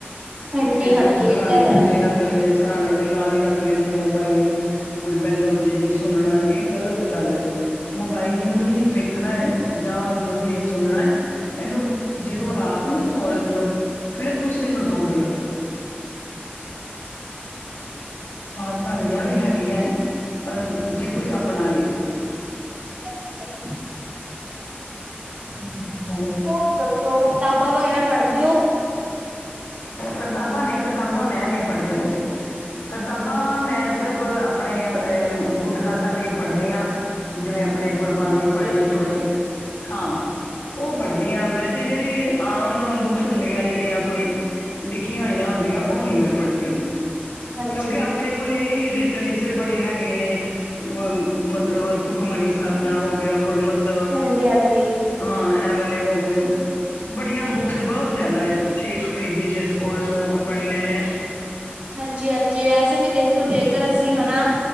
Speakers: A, on the right; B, on the left.
A: ਹਾਂਜੀ
B: ਕਈ
A: ਹਾਂਜੀ
B: ਲੋਕ ਸਰਾਹਣੇ
A: ਇਹ ਤਾਂ ਹੈ
B: ਥੱਲੇ ਰੱਖ ਲੈਂਦੇ ਸਰਾਣੇ ਦੇ ਨਾਲ ਈ ਰੱਖ ਲੈਂਦੇ ਮੋਬਾਈਲ ਨੂੰ ਕੋਈ ਬੈਲ ਵਜੇ ਵੀ ਸੁਣਨਾ ਇਹ ਗ਼ਲਤ ਗੱਲ ਐ। ਮੋਬਾਈਲ ਨੂੰ ਵੀ ਵੇਖਣਾ ਜਾਂ ਜੋ ਵੀ ਸੁਣਨਾ ਇਹਨੂੰ ਜਦੋਂ ਰਾਤ ਨੂੰ ਸੌਣ ਲੱਗੇ ਓ, ਫੇਰ ਤੁਸੀਂ ਇਹਨੂੰ ਦੂਰ ਰੱਖੋ। ਸਾਵਧਾਨੀਆਂ ਵੀ ਹੈਗੀਆਂ, ਪਰ ਜੇ ਕੋਈ ਅਪਣਾਏ
A: <inaudible>
B: ਤੁਸੀ ਸੁਣਾਓ?
A: ਹੋਰ ਦੱਸੋ ਕਿਤਾਬਾਂ ਵਗੈਰਾ ਪੜ੍ਹਦੇ ਔ?
B: ਕਿਤਾਬਾਂ ਨੇ ਕਿਤਾਬਾਂ ਮੈਂ ਨੀ ਪੜ੍ਹਦੀ। ਕਿਤਾਬਾਂ ਮੈਂ ਸਿਰਫ਼ ਆਪਣੇ ਅ ਗੁਟਕਾ ਸਾਹਿਬ ਵੀ ਪੜ੍ਹਦੀ ਆ। ਜਿਵੇਂ ਆਪਣੇ ਗੁਰਬਾਣੀ
A: ਹਾਂਜੀ
B: ਪੜ੍ਹ ਲਈ ਥੋੜ੍ਹੀ ਹਾਂ ਉਹ
A: ਹਾਂਜੀ
B: ਪੜ੍ਹਦੀਆਂ ਵੈਸੇ ਤੇ ਜਿਹੜੀ ਆਮ ਬੁੱਕਸ ਹੁੰਦੀਆਂ ਜਿਹੜੀਆਂ ਕੋਈ ਲਿਖੀਆਂ ਹੋਈਆਂ ਹੁੰਦੀਆਂ ਉਹ ਨੀ ਮੈਂ ਪੜ੍ਹਦੀ,
A: ਹਾਂਜੀ
B: ਕਿਉਂਕਿ ਆਪਣੇ ਕੋਲ ਇਹੀ ਲਿਟਰੇਚਰ ਬੜੇ ਹੈਗੇ ਨੇ। ਅ ਮਤਲਬ ਸੁਖਮਨੀ ਸਾਹਿਬ ਦਾ ਹੋ ਗਿਆ ਗੁਰਮਤ
A: ਹਾਂਜੀ ਹਾਂਜੀ
B: ਹਾਂ ਐ ਵਾਲੇ ਹੋ ਗਏ ਬੜੀਆਂ ਬੁੱਕਸ ਬਹੁਤ ਜਿਆਦਾ ਐ ਸ਼ੇਖ ਫਰੀਦ ਜੀ ਦੇ ਸਕੂਲ ਲੋਕ ਪੜ੍ਹਨੇ ਨੇ
A: ਹਾਂਜੀ, ਹਾਂਜੀ ਵੈਸੇ ਵੀ ਦੇਖੋ ਜੇਕਰ ਅਸੀਂ ਹਨਾ